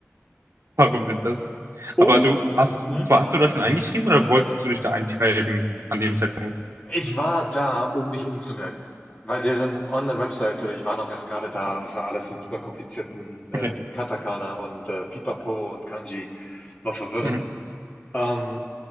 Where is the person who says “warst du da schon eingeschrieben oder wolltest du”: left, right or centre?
Right